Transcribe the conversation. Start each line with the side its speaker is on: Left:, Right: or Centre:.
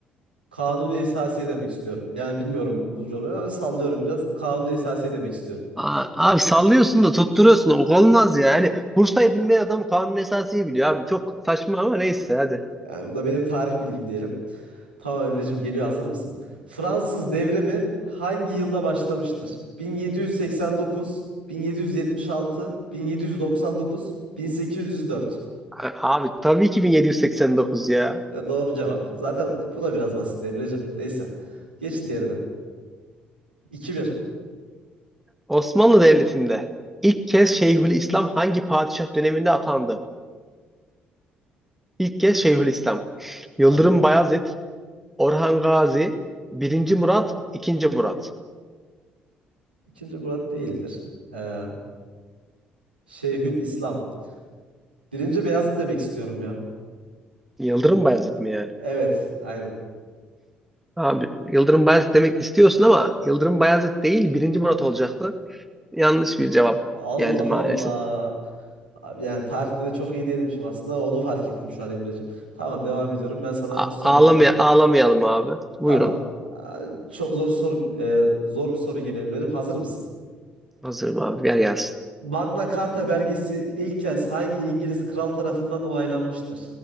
Right: Kanuni esasiye demek istiyorum. Yani bilmiyorum bu cevabı ama sallıyorum biraz. Kanuni esasiye demek istiyorum.
Centre: Aa, Abi sallıyorsun da tutturuyorsun da olmaz ya. Yani Bursa'yı bilmeyen adam kanun esasıyı biliyor abi. Çok saçma ama neyse hadi.
Right: Yani bu da benim tarih bilgim diyelim. Tamam Emre'cim geliyor hazır mısın? Fransız devrimi hangi yılda başlamıştır? 1789, 1776, 1799, 1804.
Centre: A- Abi tabii ki 1789 ya.
Right: E, Doğru cevap. Zaten bu da biraz basit Emre'cim. Neyse. Geç diğerine. 2-1.
Centre: Osmanlı Devleti'nde ilk kez Şeyhülislam hangi padişah döneminde atandı? İlk kez Şeyhülislam. Yıldırım
Right: Tamam.
Centre: Bayezid, Orhan Gazi, Birinci Murat, 2. Murat.
Right: İkinci Murat değildir. Ee, Şeyhül İslam. Birinci Beyazıt demek istiyorum ya.
Centre: Yıldırım Bayezid mi yani?
Right: Evet. Aynen.
Centre: Abi Yıldırım Bayezid demek istiyorsun ama Yıldırım Bayezid değil Birinci Murat olacaktı. Yanlış bir cevap
Right: Allah
Centre: geldi maalesef.
Right: Allah. Abi yani tarihte de çok iyi değilmişim aslında. Onu fark ettim şu an Emre'cim. Tamam devam ediyorum. Ben sana
Centre: A-
Right: soruyorum.
Centre: ağlamaya ağlamayalım abi. Buyurun.
Right: Tamam. Aa, Çok zor soru e, zor bir soru geliyor Emre'cim. Hazır mısın?
Centre: Hazırım abi. Yer gelsin.
Right: Magna Carta belgesi ilk kez hangi İngiliz kral tarafından onaylanmıştır?